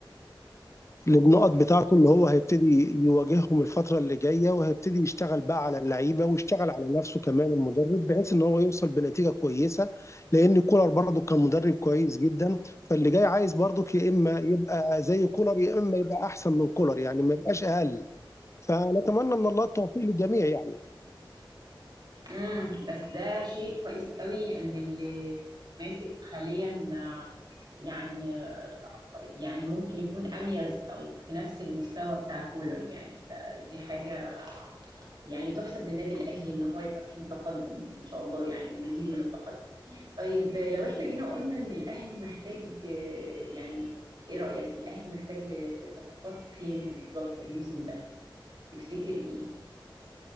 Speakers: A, on the left; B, on the right.
A: للنقط بتاعته ان هو هيبتدي يواجههم الفتره اللي جايه وهيبتدي يشتغل بقى على اللعيبه ويشتغل على نفسه كمان المدرب بحيث ان هو يوصل بنتيجه كويسه لان كولر برضه كان مدرب كويس جدا فاللي جاي عايز برضه يا اما يبقى زي كولر يا اما يبقى احسن من كولر يعني ما يبقاش اقل فنتمنى من الله التوفيق للجميع يعني
B: امم بس ده شيء كويس قوي ان اللي ماسك حاليا آه، يعني آه، يعني ممكن يكون اميز او في نفس المستوى بتاع كولر يعني ف- دي حاجه يعني تحسب للنادي الاهلي ان هو يبقى فيه تقدم ان شاء الله يعني ومزيد من التقدم طيب آه، لو احنا جينا قلنا ان الاهلي محتاج آه، يعني ايه رايك الاهلي محتاج ل- لصفقات فين بالظبط الموسم ده تفتكر ايه